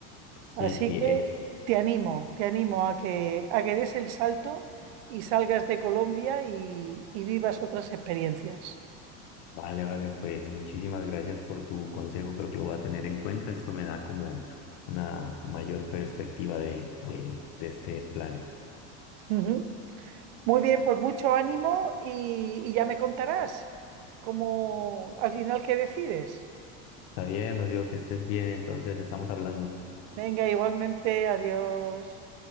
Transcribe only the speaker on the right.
Así
que
te animo, te animo a que, a que des el salto y salgas de Colombia y, y vivas otras experiencias.
Ujú. Muy bien, pues mucho ánimo y, y ya me contarás cómo al final qué decides.
Venga, igualmente, adiós.